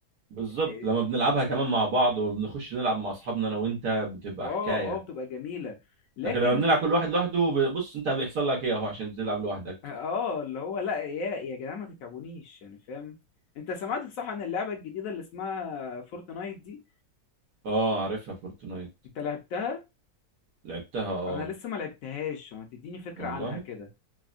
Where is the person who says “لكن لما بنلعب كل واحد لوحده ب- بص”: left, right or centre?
Right